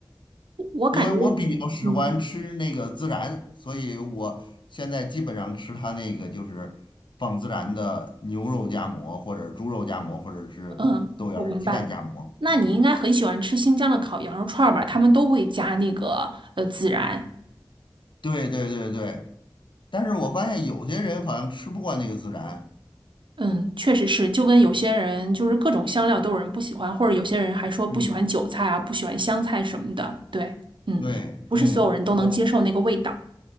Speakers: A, on the right (about 75°); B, on the left (about 70°).
A: 我我感觉，
B: 因为我比较喜欢吃那个孜然，
A: 嗯
B: 所以我现在基本上吃它那个就是放孜然的牛肉夹馍，或者猪肉夹馍，或者是豆芽儿、
A: 嗯，我明白。
B: 鸡蛋夹馍。
A: 那你应该很喜欢吃新疆的烤羊肉串儿吧？
B: 嗯，
A: 他们都会加那个呃孜然。
B: 对对对对。但是我发现有些人好像吃不惯那个孜然。
A: 嗯，确实是，就跟有些人就是各种香料都有人不喜欢，或者有些人还说不喜欢韭菜啊，
B: 嗯，
A: 不喜欢香菜什么的。对，嗯，
B: 对，
A: 不是所有人都能接受那个味道。
B: 嗯，我。